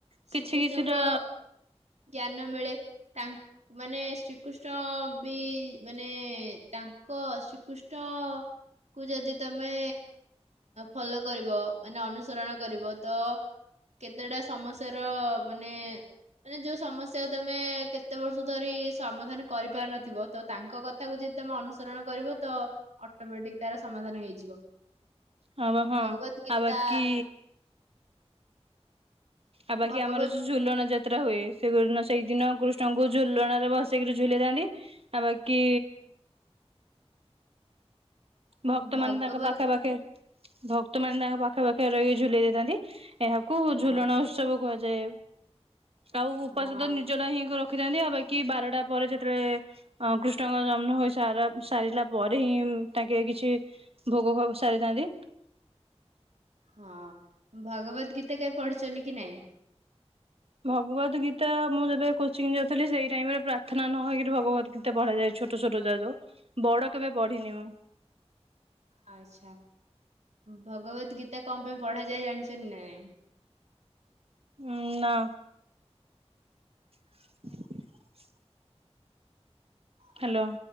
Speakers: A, on the right; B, on the right.
A: କିଛି
B: ଶ୍ରୀକୃଷ୍ଣଙ୍କ।
A: କିଛିଟା
B: ଜ୍ଞାନ ମିଳେ ତାଙ୍କ ମାନେ ଶ୍ରୀକୃଷ୍ଣ ବି ମାନେ ତାଙ୍କ ଶ୍ରୀକୃଷ୍ଣ କୁ ଯଦି। ତମେ ଫଲୋ କରିବ ମାନେ ଅନୁସରଣ କରିବ ତ କେତେଟା ସମସ୍ୟାର ମାନେ। ମାନେ ଯୋଉ ସମସ୍ୟା ତମେ କେତେ ବର୍ଷ ଧରି ସମାଧାନ କରିପାରୁନ ଥିବ ତ ତାଙ୍କ କଥାକୁ ଯଦି ତମେ ଅନୁସରଣ କରିବ ତ ଅଟୋମେଟିକ୍ ତାର ସମାଧାନ ହେଇଯିବ
A: ହଁ ହଁ
B: ଭଗବତ ଗୀତା।
A: ଆଉ ବାକି ଆଉ ବାକି
B: ଭଗବତ
A: ଆମର ଝୋ ଝୁଲଣା ଯାତ୍ରା ହୁଏ ସେ <unintelligible> ସେଇଦିନ କୃଷ୍ଣଙ୍କୁ ଝୁଲଣାରେ ବସେଇକିରି ଝୁଲେଇଥାନ୍ତି। ଆଉ ବାକି। ଭକ୍ତ
B: ଭଗବତ
A: ମାନେ ତାଙ୍କ ପାଖା ପାଖେ ଭକ୍ତମାନେ ତାଙ୍କ ପାଖା ପାଖେ ରହିକି ଝୁଲେଇ ଦେଇଥାନ୍ତି। ଏହାକୁ
B: ହଁ
A: ଝୁଲଣ ଉତ୍ସବ କୁହାଯାଏ ଆଉ ଉପାସ
B: ହଁ
A: ତ ନି ଯଉରା ହିଁ କ ରଖିଥାନ୍ତି ଆ ବାକି ବାରଟା ପରେ ଯେତେବେଳେ ଅ କୃଷ୍ଣଙ୍କ ଜନ୍ମ ହୋଇ ସାର ସାରିଲା ପରେ ହିଁ ତାଙ୍କେ କିଛି ଭୋଗ ଫୋଗ ସାରିଥାନ୍ତି।
B: ହଁ ଭଗବତ ଗୀତା କେବେ ପଢିଛନ୍ତି କି ନାଇଁ?
A: ଭଗବତ ଗୀତା ମୁଁ ଯେତେବେଳେ କୋଚିଂ ଯାଉଥିଲି ସେଇ ଟାଇମ ରେ ପ୍ରାର୍ଥନା ନ ହେଇକିରି ଭଗବତ ଗୀ ତେ ପଢାଯାଏ ଛୋଟ ଛୋଟ ଯା ଯୋଉ ବଡ କେବେ ପଢ଼ିନି ମୁଁ
B: ଆଚ୍ଛା, ଭଗବତ ଗୀତା କଣ ପାଇଁ ପଢା ଯାଏ ଜାଣିଛନ୍ତି ନା ନାଇଁ।
A: ଉଁ ନା। <inaudible> ହ୍ୟାଲୋ।